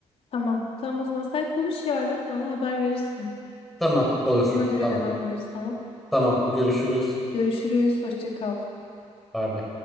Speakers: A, on the left (about 55°); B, in the centre.
A: Tamam. Tamam o zaman sen konuş yarın bana haber verirsin.
B: Tamam, olur.
A: Ona göre
B: Tamam.
A: devam ederiz tamam.
B: Tamam. Görüşürüz.
A: Görüşürüz. Hoşça kal.
B: Bay bay.